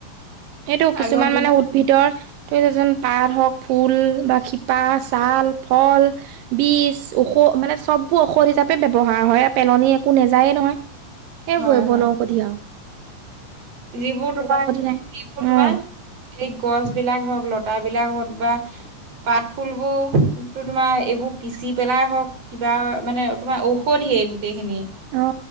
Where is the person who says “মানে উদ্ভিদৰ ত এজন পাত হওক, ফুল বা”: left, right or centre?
Right